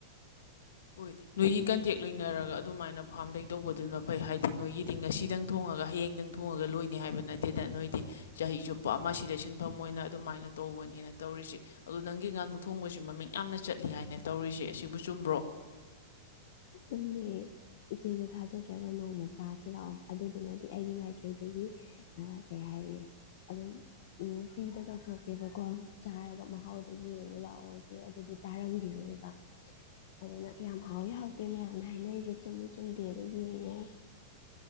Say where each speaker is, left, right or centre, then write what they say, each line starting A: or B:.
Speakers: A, on the left; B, on the left.
A: ꯍꯣꯏ ꯅꯣꯏꯒꯤ ꯀꯟꯇꯦꯛ ꯂꯣꯏꯅꯔꯒ ꯑꯗꯨꯃꯥꯏꯅ ꯐꯥꯝꯗꯩ ꯇꯧꯕꯗꯨꯅ ꯐꯩ ꯍꯥꯏꯗꯤ ꯅꯣꯏꯒꯤꯗꯤ ꯉꯁꯤꯗꯪ ꯊꯣꯡꯉꯒ ꯍꯌꯦꯡꯗꯪ ꯊꯣꯡꯉꯒ ꯂꯣꯏꯅꯤ ꯍꯥꯏꯕ ꯅꯠꯇꯦꯗ ꯅꯣꯏꯗꯤ ꯆꯍꯤ ꯆꯨꯞꯄ ꯑꯃ ꯁꯤꯗ ꯁꯤꯟꯐꯝ ꯑꯣꯏꯅ ꯑꯗꯨꯃꯥꯏꯅ ꯇꯧꯕꯅꯤꯅ ꯇꯧꯔꯤꯁꯦ ꯑꯗ ꯅꯪꯒꯤ ꯉꯥꯅꯨ ꯊꯣꯡꯕꯁꯤ ꯃꯃꯤꯡ ꯌꯥꯝꯅ ꯆꯠꯂꯤ ꯍꯥꯏꯅ ꯇꯧꯔꯤꯁꯦ ꯑꯁꯤꯕꯨ ꯆꯨꯝꯕ꯭ꯔꯣ
B: ꯆꯨꯝꯃꯦ ꯏꯆꯦꯁꯨ ꯊꯥꯖꯗ꯭ꯔꯒ ꯅꯣꯡꯃ ꯆꯥꯁꯤ ꯂꯥꯛꯑꯣ ꯑꯗꯨꯗꯨꯃꯗꯤ ꯑꯩꯒꯤ ꯃꯥꯏꯀꯩꯗꯒꯤ ꯀꯩ ꯍꯥꯏꯔꯦ ꯑꯗꯨꯝ ꯐ꯭ꯔꯤꯗ ꯇꯧꯊꯣꯛꯀꯦꯕꯀꯣ ꯆꯥꯔꯒ ꯃꯍꯥꯎꯗꯣ ꯌꯦꯡꯉꯣ ꯂꯥꯛꯑꯣ ꯏꯆꯦ ꯑꯗꯨꯗꯤ ꯆꯥꯔꯝꯈꯤꯔꯣꯏꯕ ꯑꯗꯨꯅ ꯀꯌꯥꯝ ꯍꯥꯎꯋꯤ ꯍ ꯃꯌꯥꯝꯅ ꯍꯥꯏꯅꯔꯤꯁꯦ ꯆꯨꯝꯃꯤ ꯆꯨꯝꯗꯦꯒ ꯌꯦꯡꯉꯣ